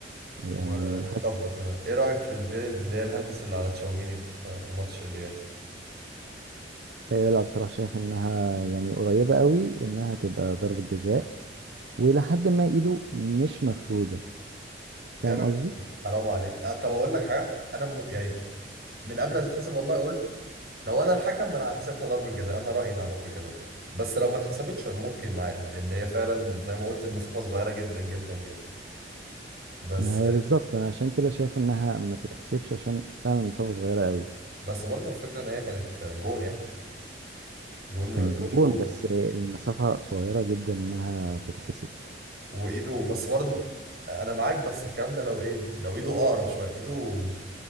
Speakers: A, on the right; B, on the right.
A: يعني
B: وطب
A: حاسس
B: ايه رأيك في البيرن اللي هي الهندس اللي على تشاوميني في ماتش الريال
A: آه، لا بصراحه شايف انها يعني قريبه قوي انها تبقى ضربه جزاء والى حد ما ايده مش مفروده فاهم
B: يا راجل
A: قصدي
B: حرام عليك أه، طب اقول لك حاجه انا م... يعني من قبل ما تتحسب والله قلت لو انا الحكم انا هحسبها ضربه جزاء انا رايي انها ضربه جزاء بس لو ما اتحسبتش ممكن عادي لان هي فعلا زي ما قلت المسافه صغيره جدا جدا جدا بس
A: ما هي بالظبط انا عشان كده شايف انها ما تتحسبش عشان فعلا المسافه صغيره قوي
B: بس برضه الفكره ان هي كانت جون يعني جون
A: كانت
B: جون
A: جون
B: جون
A: بس آه، المسافه صغيره جدا انها تتحسب
B: وايده بس برضه انا معاك بس الكلام ده لو ايه لو ايده اقرب شويه ايده مش